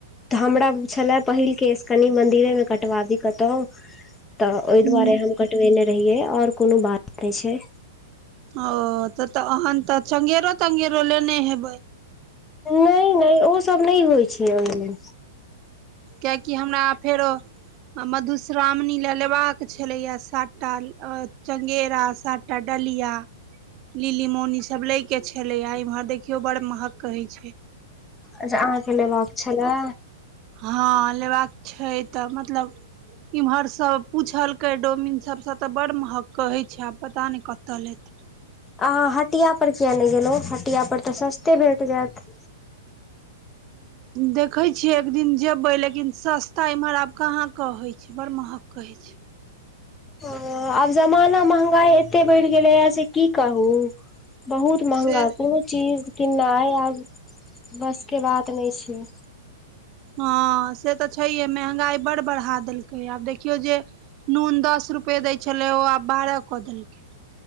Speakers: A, on the left; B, on the right.
A: तऽ हमरा छलै पहिल केश कनि मन्दिरे केँ कटबा बी कतौ तऽ ओइ
B: ह
A: दुआरे हम कटबेने रहियै और कोनो बात नै छैय।
B: ओ त तऽ ओहन तऽ चंगेरो तंगेरो लेने हेबेय
A: नै नै ओसभ नै होइ छैय ओइमे
B: किएकि हमरा आ फेरो मधुश्रावणी ले लेबाक छले या सातटा चंगेरा सातटा डलिया लिली मौनी सब ले केँ छले आ इम्हर देखियो बड़ महंग कहै छैय।
A: अच्छा अहाँकेँ लेबाक छलै
B: हँ लेबाक छैय तऽ मतलब इम्हर सब पूछलकै डोमिन सब स तऽ बड़ महंग कहै छैय आब पता नै कतय लेतै
A: अहाँ हटिया पर किया नै गेलौ हटिया पर तऽ सस्ते भेट जैत
B: देखे छिय एक दिन जेबे लेकिन सस्ता इम्हर आब कहाँ कहे छै बड़ महंग कहै छैय
A: ओ आब जमाना महंगाई एते बढ़ि गेलै हे से की कहू बहुत महँगा
B: से
A: कोनो चीज किननाय आब बस केँ बात नै छैय।
B: हाँ से तऽ छैहे महंगाई बड़ बढ़ा देलकै आब देखियौ जेय नून दस रुपे दै छलै ओ आब बारह कऽ देलकै